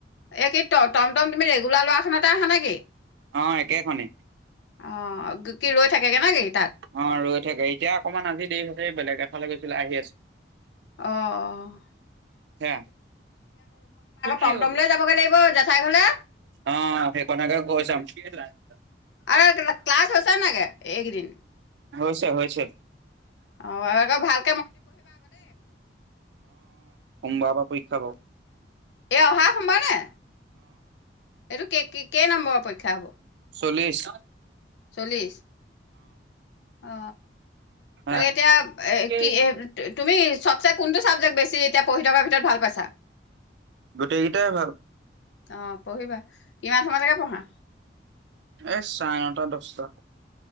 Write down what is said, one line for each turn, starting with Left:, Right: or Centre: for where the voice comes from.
Left: এ কি টম টম তুমি ৰেগুলাৰ ল'ৰাখনতে আহা নেকি
Right: অ একেখনে
Left: অ কি ৰৈ থাকেগে ন গেই
Right: অ ৰৈ থাকে এতিয়া অকমান আজি দেৰি হঁতে বেলেগ এ ভালে গৈছিলে আহি আছে
Left: আহ আহ
Right: হে কি কিহ'ল
Left: টমটম লৈ যাবগৈ লাগিব জেঠাই ঘৰলে
Right: অ সেইখনকে কৈ চাম। <unintelligible>
Left: আ ক্লাছ হৈছেনে ছাগে। এইদিন।
Right: হয় ছ হয় হৈছে
Left: অহ আকৌ ভাল
Right: অম বাবা পক্ষ খাব
Left: এ অহা সোমব নে এইটো কে কেই নম্বৰৰ পৰীক্ষা হব
Right: চল্লিছ।
Left: চল্লিছ অ তাকে
Right: <inaudible>
Left: এতিয়া কি তুমি সবচে কোনটো চাবজেক্ট বেছি এতিয়া পঢ়ি থকাৰ ভিতৰত ভাল পাইছা।
Right: গোটেইকেইটাই ভাল
Left: অ পঢ়িবা কিমান সময়লৈকে পঢ়া।
Right: এ চাৰে নটা দচটা